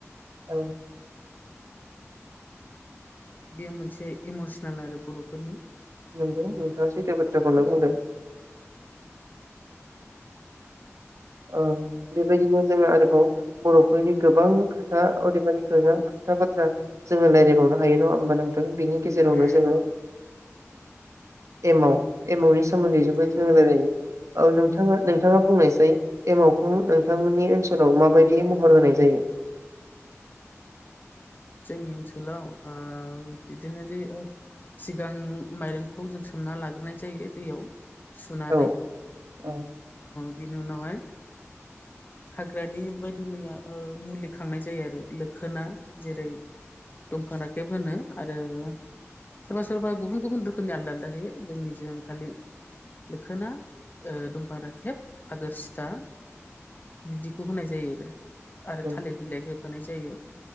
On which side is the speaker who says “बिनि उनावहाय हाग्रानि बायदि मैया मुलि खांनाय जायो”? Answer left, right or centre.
Left